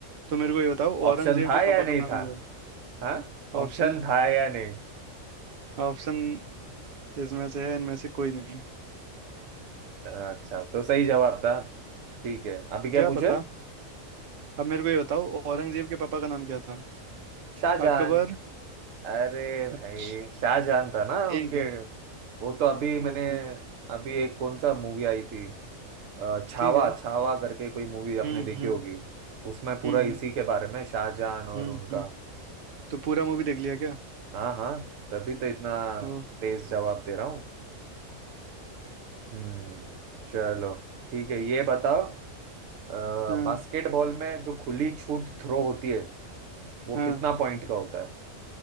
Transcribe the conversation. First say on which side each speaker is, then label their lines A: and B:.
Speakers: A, on the right; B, on the right.
A: तो मेरे को ये बताओ
B: ऑप्शन
A: औरंगजेब
B: था
A: के
B: या
A: पापा
B: नहीं
A: का नाम
B: था
A: क्या
B: हाँ
A: है ऑप्शन
B: ऑप्शन था या नहीं
A: ऑप्शन इसमें से है इनमें से कोई नहीं
B: अच्छा तो सही जवाब था ठीक है अभी क्या
A: क्या
B: पूछे
A: पता अब मेरे को ये बताओ औरंगजेब के पापा का नाम क्या था
B: शाहजहान
A: अकबर
B: अरे भाई
A: अच्छा
B: शाहजहान था ना
A: ठीक
B: उनके
A: है
B: वो तो अभी मैंने
A: ओके
B: अभी एक कौन सा मूवी आई थी अ, छावा
A: ठीक है
B: छावा करके कोई मूवी
A: हम्म
B: आपने देखी
A: हम्म
B: होगी उसमें पूरा
A: हम्म हम्म
B: इसी के बारे में शाहजहान और
A: हम्म
B: उनका
A: हम्म। तो पूरा मूवी देख लिया क्या
B: हाँ हाँ तभी तो इतना
A: ओ
B: तेज जवाब दे रहा हूँ हम्म चलो ठीक है ये बताओ अ,
A: हाँ
B: बास्केटबॉल में जो खुली छूट थ्रो होती है वो
A: हाँ
B: कितना पॉइंट का होता है